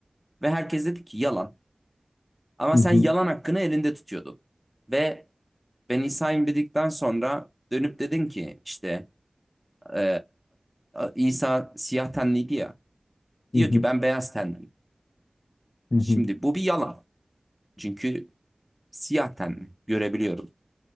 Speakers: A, in the centre; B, on the left.
A: Ve herkes dedi ki yalan. Ama
B: Hı
A: sen
B: hı.
A: yalan hakkını elinde tutuyordun. Ve ben İsa'yım dedikten sonra dönüp dedin ki işte e, İsa siyah tenliydi ya. Diyor
B: Hı hı.
A: ki ben beyaz tenliyim.
B: Hı hı.
A: Şimdi bu bir yalan. Çünkü Siyah tenli. Görebiliyorum.